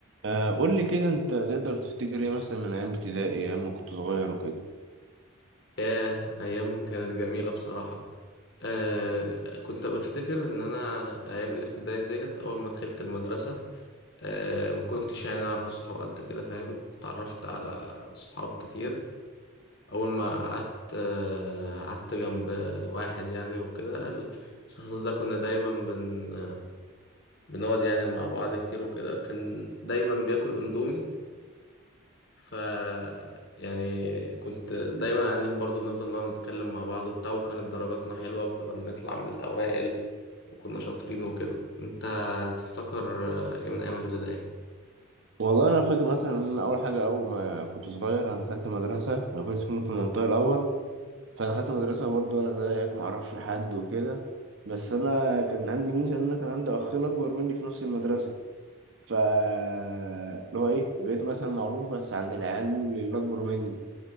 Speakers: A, on the right; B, on the left.
A: آه، قول لي كده انت تقدر تفتكر ايه مثلا من ايام ابتدائي ايام ما كنت صغير وكده
B: ياه أيام كانت جميلة بصراحة آه كنت بفتكر إن أنا أيام الابتدائي ديت أول ما دخلت المدرسة آه ما كنتش يعني أعرف صحاب قد كده فاهم اتعرفت على صحاب كتير أول ما قعدت آه قعدت جنب واحد يعني وكده الشخص ده كنا دايما بن بنقعد يعني مع بعض كتير وكده كان دايما بياكل أندومي ف يعني كنت دايما قاعدين برضو بنفضل نقعد نتكلم مع بعض وبتاع وكانت درجاتنا حلوة وكنا بنطلع من الأوائل وكنا شاطرين وكده أنت تفتكر آه، إيه من أيام الابتدائي؟
A: والله انا فاكر مثلا ان أنا اول حاجه اول ما كنت صغير انا دخلت مدرسه انا كنت ساكن في المنطقه الاول فدخلت مدرسه برضو انا زيك ما اعرفش حد وكده بس انا كان عندي ميزه ان انا كان عندي اخين اكبر مني في نفس المدرسه ف اللي هو ايه بقيت مثلا معروف بس عند العيال اللي اكبر مني